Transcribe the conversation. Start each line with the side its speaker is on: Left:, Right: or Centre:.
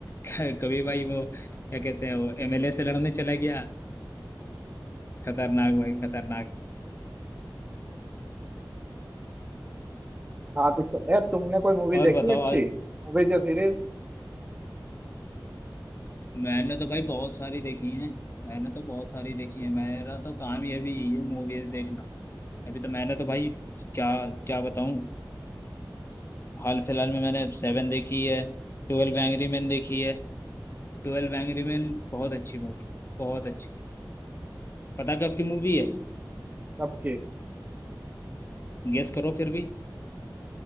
Left: क- कभी भाई वो क्या कहते हैं वो एमएलए से लड़ने चला गया खतरनाक भाई खतरनाक
Right: हाँ तो, तो यार तुमने कोई मूवी देखी
Left: और बताओ
Right: है अच्छी
Left: आज
Right: मूवीज या सीरीज
Left: मैंने तो भाई बहुत सारी देखी है मैंने तो बहुत सारी देखी है मेरा तो काम ही अभी यही है मूवीज देखना अभी तो मैंने तो भाई क्या क्या बताऊं हाल फिलहाल में मैंने सेवन देखी है ट्वेल्व एंग्री मैन देखी है ट्वेल्व एंग्री मैन बहुत अच्छी मूवी बहुत अच्छी पता कब की मूवी है
Right: कब की
Left: गेस करो फिर भी